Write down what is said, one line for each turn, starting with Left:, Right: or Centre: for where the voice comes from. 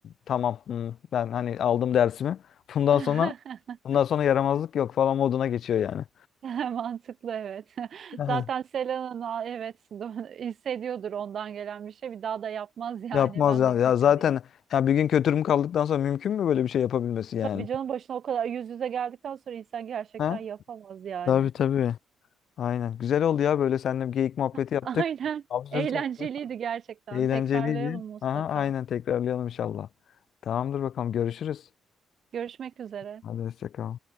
Left: Tamam hmm, ben hani aldım dersimi. Bundan
Right: <laughs>
Left: sonra bundan sonra yaramazlık yok falan moduna geçiyor yani.
Right: <laughs> Mantıklı evet. <laughs>
Left: Yani
Right: Zaten Selena'nın evet <laughs> hissediyordur ondan gelen bir şey. Bir daha da yapmaz yani.
Left: yapmaz
Right: Ben
Left: yani
Right: de o fikirdeyim.
Left: Ya zaten ya bir gün kötürüm kaldıktan sonra mümkün mü böyle bir şey yapabilmesi
Right: Tabii
Left: yani?
Right: canım başına o kadar yüz yüze geldikten sonra insan gerçekten
Left: Ha?
Right: yapamaz yani.
Left: tabii tabii. Aynen. Güzel oldu ya böyle seninle bir geyik muhabbeti
Right: <laughs>
Left: yaptık.
Right: Aynen.
Left: Absürt
Right: Eğlenceliydi
Left: oldu.
Right: gerçekten.
Left: Eğlenceliydi.
Right: Tekrarlayalım mutlaka.
Left: Aha, aynen tekrarlayalım inşallah. Tamamdır bakalım görüşürüz.
Right: Görüşmek üzere.
Left: Hadi hoşça kal.